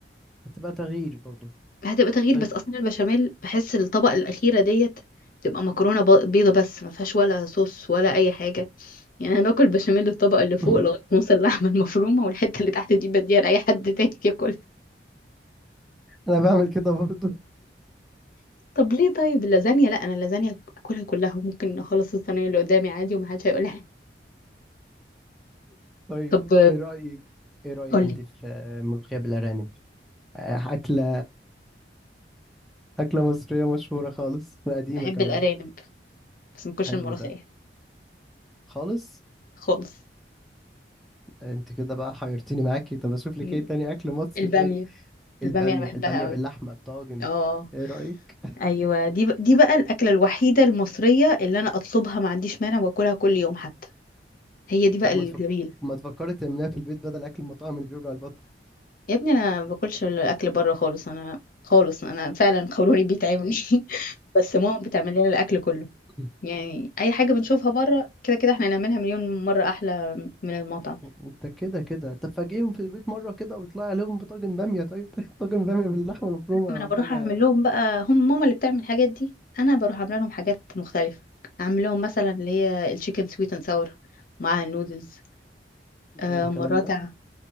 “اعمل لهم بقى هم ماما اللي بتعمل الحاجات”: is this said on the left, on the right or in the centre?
Left